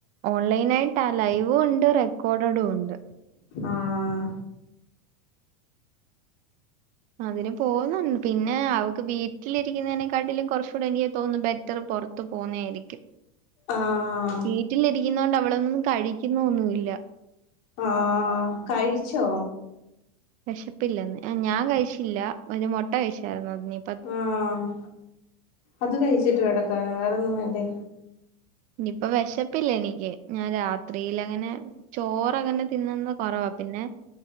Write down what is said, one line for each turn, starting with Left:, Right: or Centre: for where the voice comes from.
Right: ഓൺലൈനായിട്ടാ ലൈവും ഉണ്ട് റെക്കോർഡഡും ഉണ്ട്.
Left: ആഹ്
Right: അതിന് പോകുന്നുണ്ട് പിന്നെ അവക്ക് വീട്ടിലിരിക്കുന്നതിനെക്കാട്ടിലും കുറച്ച് ഇപ്പോ എനിക്ക് തോന്നുന്നു ബെറ്റർ പുറത്തു പോകുന്നതായിരിക്കും.
Left: ആഹ്
Right: വീട്ടിലിരിക്കുന്നൊണ്ട് അവളൊന്നും കഴിക്കുന്നൊന്നുല്ല.
Left: ആഹ് കഴിച്ചോ?
Right: വിശപ്പില്ലന്ന്. ഞാൻ കഴിച്ചില്ല ഒരു മുട്ട കഴിച്ചായിരുന്നു. അത് ഇനി
Left: ആഹ് അത് കഴിച്ചിട്ട് കിടക്കാനോ വേറൊന്നും വേണ്ടേ?
Right: ഇനിയിപ്പ വിശപ്പില്ല എനിക്ക് ഞാൻ രാത്രിൽ അങ്ങനെ ചോറങ്ങനെ തിന്നുന്നത് കൊറവാ. പിന്നെ